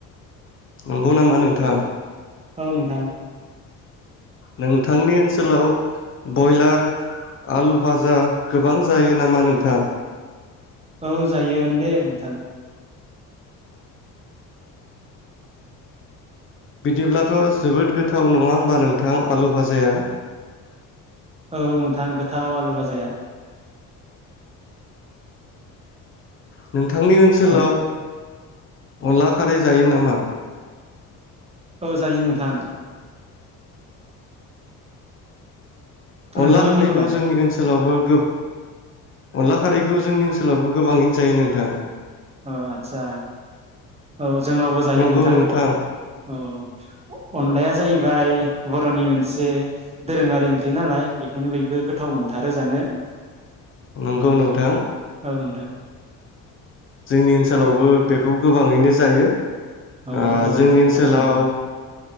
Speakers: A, on the left; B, on the right.
A: नंगौ नामा नोंथां
B: औ नोंथां
A: नोंथांनि ओनसोलाव बयलार आलु भाजा गोबां जायो नामा नोंथां
B: औ जायो ओन दे नोंथां
A: बिदिब्लाथ' जोबोद गोथाव नङा होनबा नोंथां आलु भाजाया
B: औ नोंथां गोथाव आलु भाजाया
A: नों थांनि ओनसोलाव
B: नों
A: अनला खारै जायो नामा
B: औ जायो नोंथां
A: अनला
B: नोंथांमोननिखौलाय
A: खारैखौ जोंनि ओनसोलावबो गो अनला खारैखौ जोंनि ओनसोलावबो गोबाङैनो जायो नोंथां
B: औ आतसा औ जोंनावबो जायो
A: नंगौ
B: नोंथाङ
A: नोंथां
B: औ औ अनलाया जाहैबाय बर'नि मोनसे दोरोङारि ओंख्रि नालाय बेखायनो बयबो गोथाव मोनथारो जानो
A: नोंगौ नोंथां
B: औ नोंथां
A: जोंनि ओनसोलावबो बेखौ गोबाङैनो जायो ओ
B: औ औ नोंथां
A: जोंनि ओनसोलाव
B: आदसा नोंथां